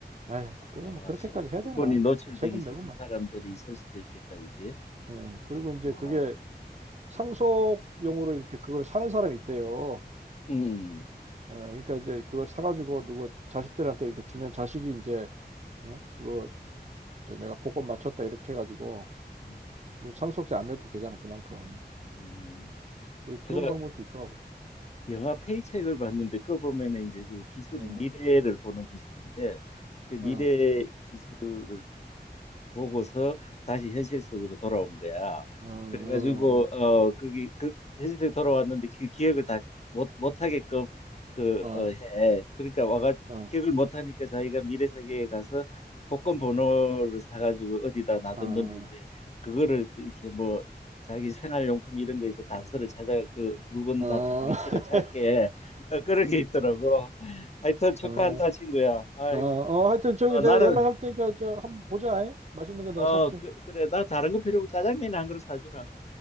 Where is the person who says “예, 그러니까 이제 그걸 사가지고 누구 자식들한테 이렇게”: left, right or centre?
Right